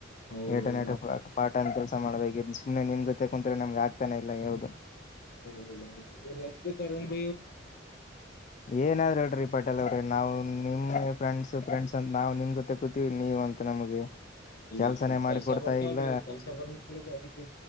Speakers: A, on the left; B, on the left.
A: ಹೌದೌದು
B: ಟನ್ಟ
A: ಮತ್ತ
B: ಪಠ ಮಾಡ್ಬೇಕ ಸುಮನೆ ನಿಮ್ ಜೊತೆ ಕುತ್ರೆ ನಮ್ಗೆ ಆಗ್ತಾನೆ ಇಲ್ಲ ಯಾವ್ದದು
A: ಹ ಲಭ ಕಂಗ ಭ
B: ಏನಾದ್ರೂ ಹೇಳ ರೀ ಪಾಟಲ್ ಅವ್ರ ನಾವು ನಿಮ್ ಫ್ರೆಂಡ್ಸ್ ಫ್ರೆಂಡ್ಸ್ ಅಂತ ನಾವು ನಿಮ್ ಜೊತೆ ಕೂತವಿ ನೀವ ಅಂತ ನಮಗೆ
A: ಇಲ್ರಿ
B: ಕೆಲ್ಸನೇ
A: ಸ್ವಲ್ಪ
B: ಮಾಡಿ
A: ಕೆಲ್ಸ
B: ಕೊಡ್ತಾ
A: ಬರ್ತಾವ್ರಿ
B: ಇಲ್ಲ
A: ಅವ ಕೆಲ್ಸ ಬರ್ ಸಲ ಅದಕ್ಕೆ